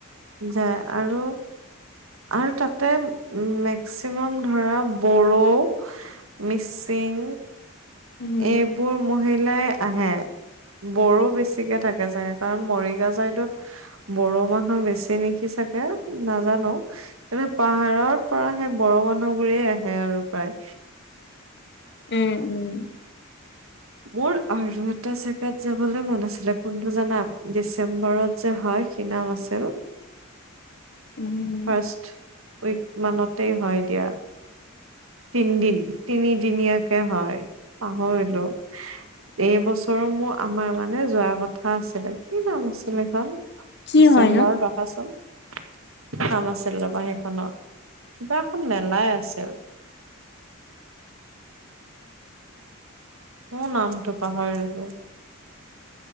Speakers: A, on the right; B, on the left.
A: যায় আৰু আৰু তাতে মেক্সিমাম ধৰা বড়ো মিচিং
B: উম।
A: এইবোৰ মহিলাই আহে বড়ো বেছিকে থাকে চাগে কাৰণ মৰিগাঁও চাইদত বড়ো মানুহ বেছি নেকি চাগে নাজানো পাহাৰৰ পৰা সেই বড়ো মানুহবোৰেই আহে আৰু প্ৰায়
B: উম উম
A: মোৰ আৰু এটা জেগাত যাবলৈ মন আছিলে কোনটো জানা ডিচেম্বৰত যে হয় কি নাম আছিল ফাৰ্ষ্ট
B: উম
A: উইক মানতেই হয় দিয়া তিনদিন তিনিদিনীয়াকে হয়, পাহৰিলো। এইবছৰো মোৰ আমাৰ মানে যোৱাৰ কথা আছিলে কি নাম আছিলে সেইখন
B: কি
A: ডিচেম্বৰত
B: হয় নো?
A: ৰবা চোন কিবা নাম আছিল ৰবা সেইখনৰ কিবা এখন মেলাই আছিল মইও নামটো পাহাৰিলো